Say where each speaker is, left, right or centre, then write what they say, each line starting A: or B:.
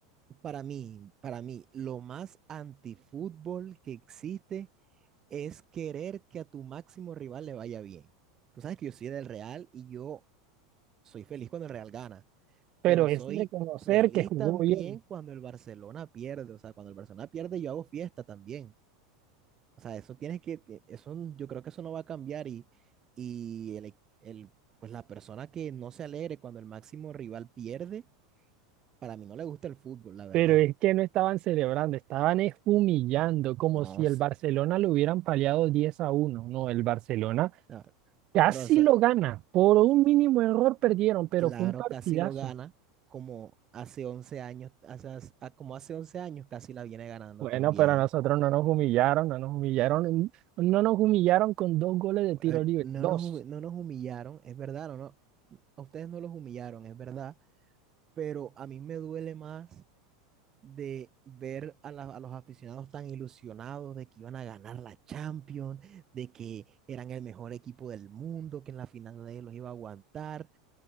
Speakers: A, on the right; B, on the right.
A: para mí, para mí, lo más antifútbol que existe es querer que a tu máximo rival le vaya bien. Tú sabes que yo soy del Real y yo soy feliz cuando el Real gana,
B: pero
A: pero
B: es
A: soy
B: reconocer
A: feliz
B: que jugó
A: también
B: bien.
A: cuando el Barcelona pierde. O sea, cuando el Barcelona pierde, yo hago fiesta también. O sea, eso tienes que, te- eso, n- yo creo que eso no va a cambiar y, y el, e- el, pues la persona que no se alegre cuando el máximo rival pierde, para mí no le gusta el fútbol, la verdad.
B: Pero es que no estaban celebrando, estaban es humillando, como
A: No,
B: si
A: s-
B: el Barcelona lo hubieran paliado 10 a uno No, el Barcelona
A: no,
B: casi
A: pero, o sea,
B: lo gana. Por un mínimo error perdieron, pero
A: Claro,
B: fue un partidazo.
A: casi lo gana, como hace 11 años, hace- hace- ah, como hace 11 años casi la viene ganando
B: Bueno,
A: también.
B: pero a nosotros no nos humillaron, no nos humillaron, no nos humillaron con dos goles de tiro
A: A ver,
B: libre.
A: no
B: Dos.
A: nos, humi- no nos humillaron, es verdad, no, no, a ustedes no los humillaron, es verdad, pero a mí me duele más de ver a, la- a los aficionados tan ilusionados de que iban a ganar la Champions, de que eran el mejor equipo del mundo, que en la final nadie los iba a aguantar,